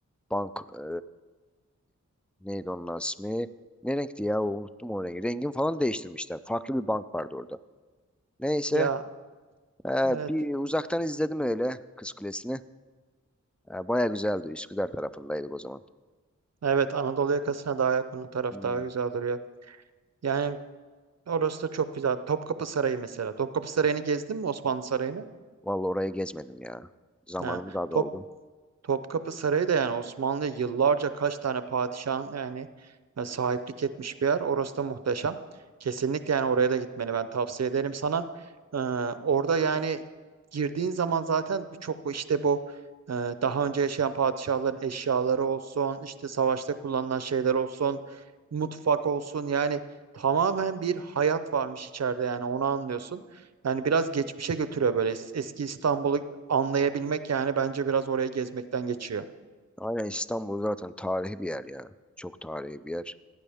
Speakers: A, in the centre; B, on the right.
A: bank e, neydi onun ismi? Ne renkti ya? Unuttum o rengi. Rengini falan değiştirmişler. Farklı bir bank vardı orada. Neyse
B: Ya
A: e,
B: evet.
A: bir uzaktan izledim öyle Kız Kulesi'ni. E, baya güzeldi. Üsküdar tarafındaydık o zaman.
B: Evet Anadolu yakasına daha yakın o taraf
A: Hmm.
B: daha güzel duruyor. Yani orası da çok güzel. Topkapı Sarayı mesela. Topkapı Sarayı'nı gezdin mi Osmanlı Sarayı'nı?
A: Vallahi orayı gezmedim ya. Zamanımız
B: Ha.
A: az
B: Top,
A: oldu.
B: Topkapı Sarayı da yani Osmanlı'ya yıllarca kaç tane padişahın yani e, sahiplik etmiş bir yer. Orası da muhteşem. Kesinlikle yani oraya da gitmeni ben tavsiye ederim sana. Ee, orada yani girdiğin zaman zaten birçok işte bu e, daha önce yaşayan padişahların eşyaları olsun, işte savaşta kullanılan şeyler olsun, mutfak olsun yani tamamen bir hayat varmış içeride yani onu anlıyorsun. Yani biraz geçmişe götürüyor böyle Es- eski İstanbul'u anlayabilmek yani bence biraz oraya gezmekten geçiyor.
A: Aynen İstanbul zaten tarihi bir yer ya. Çok tarihi bir yer.